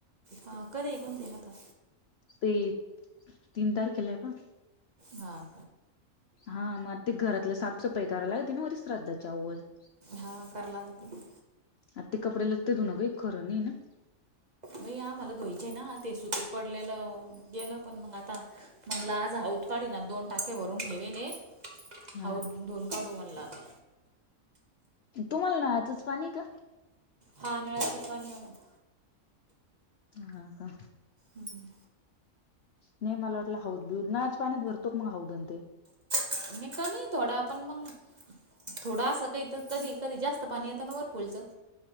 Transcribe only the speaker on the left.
ते तीन तारखेला आहे पा
हा मग ते घरातलं साफसफाई करायला लागते ना वरिष्श्राद्धाच्या अगोद
आता ते कपडे लत्ते धूण काही खरं नाही ना.
हा
तुम्हाला नळाचच पाणी आहे का?
हाव का?
नाहीे मला वाटलं हौद ब्यौद नळाच्या पाण्यात भरतो का मग हौद आणि ते?